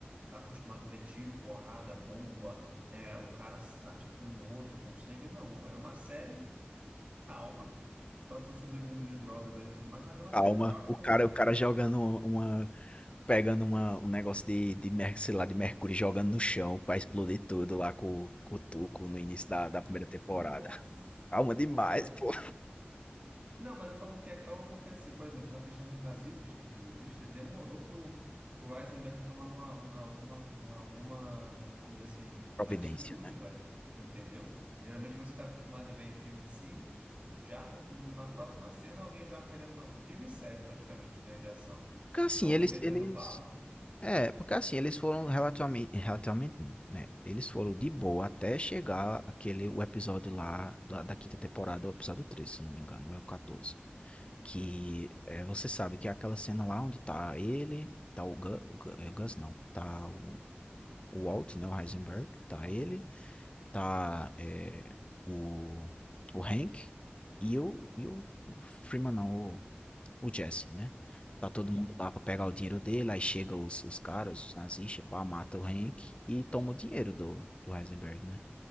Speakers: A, on the right; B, on the left.
A: tá acostumado a ver tiro, porrada, bomba, é, o cara atirando no outro com sangue. Não, é uma série calma, tratando sobre o mundo de drogas ali e tudo mais, mas é uma
B: Calma,
A: série calma
B: o
A: e comum.
B: cara, o cara jogando uma, pegando uma, um negócio de, de, mer- sei lá, de mercúrio, jogando no chão pra explodir tudo lá com, com o Tuco no início da,
A: Cara,
B: da primeira temporada.
A: nossa,
B: Calma demais,
A: velho.
B: pô.
A: Não, mas eu falo que é calma porque, assim, por exemplo, na questão dos nazistas, de- nazistas demorou para o Eisenberg tomar uma, uma- alguma, uma, alguma, vamos dizer assim,
B: Providência,
A: atitude,
B: né?
A: velho. Entendeu? Geralmente você está acostumado a ver em filme assim, já no- no- na próxima cena alguém já querendo. Não, filme sério, praticamente, né? De ação.
B: Porque assim,
A: Alguém
B: eles,
A: metendo
B: eles
A: bala.
B: É, porque assim, eles foram relativamente, relativamente não, né? Eles foram de boa até chegar aquele, o episódio lá da, da quinta temporada, o episódio 13, se eu não me engano, não é o 14. Que é, você sabe que é aquela cena lá onde tá ele, tá o, Gus, o Gu- é, Gus não, tá o, o Walt, né, o Heisenberg, tá
A: Uhum.
B: ele, tá é, o, o Hank e o, e o, o Freeman não, o, o Jesse, né? Tá todo
A: Uhum.
B: mundo lá pra pegar o dinheiro dele, aí chega os, os caras, os nazistas, pá, mata o Hank e toma o dinheiro do, do Heisenberg, né?